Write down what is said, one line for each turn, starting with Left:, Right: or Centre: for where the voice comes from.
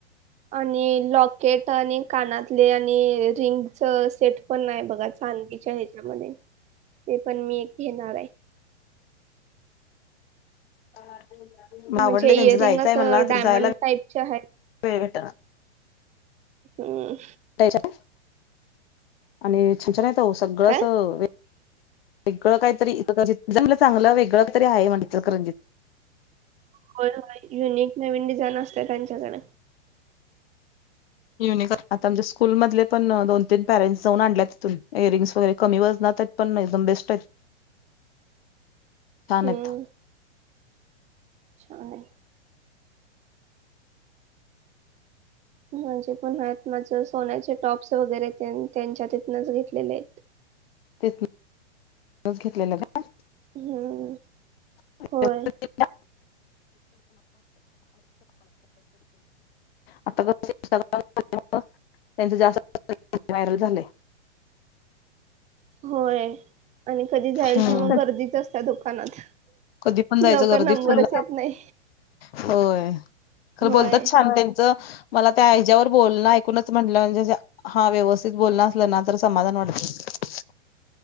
Right: आणि लॉकेट, आणि कानातले, आणि रिंग. चं सेट पण नाही बघा चान च्या हेच्यामध्ये ते पण मी एक घेणार आये.
Left: <inaudible> म
Right: म्हणजे
Left: आवडले त्यांच
Right: इयरिंग
Left: जायचं
Right: असं
Left: आहे मला
Right: डायमंड
Left: ते जायला <inaudible>
Right: टाईपचे आहेत.
Left: वेळ भेटना.
Right: हम्
Left: <unintelligible> आणि छछनत ओ सगळं
Right: काय
Left: असं वे
Right: <inaudible>
Left: वेगळं काहीतरी <unintelligible> चांगलं वेगळं तरी आहे म्हण इचलकरनजित.
Right: <unintelligible> युनिक नवीन डिझाईन असते त्यांच्याकडं.
Left: <unintelligible> स्कूल मधले पण दोन तीन पॅरेंट्स जाऊन आणल्या तिथून इयरिंग् वैर कमी वजणा <unintelligible> पण नाई एकदम बेस्ट आएत.
Right: <inaudible> हम्म
Left: आहेत
Right: छान आय. म्हणजे <unintelligible> सोन्याचे टॉप्स वगैरे त्यां त्यांच्या नच घेतलेले आहेत.
Left: तेच <unintelligible> नच घेतलेलं का
Right: हम्म
Left: <unintelligible> <unintelligible>
Right: होय
Left: आता क <unintelligible> त्यांचं जास् <unintelligible> व्हायरल झालय.
Right: होय, आणि कधी जाईल
Left: हम्म
Right: तेवां गर्दीच असत्या दुकानात.
Left: कधी पण जायचं
Right: लवकर
Left: गर्दी
Right: नंबरच
Left: फुल्ल
Right: येत नाही.
Left: होय,
Right: होय
Left: ख बोलतात छान त्यांचं मला त्या हेज्यावर बोलणं ऐकूनच म्हंटलं म्हणजे हा व्यवस्थित बोलणं असलं ना तर समाधान वाटतं.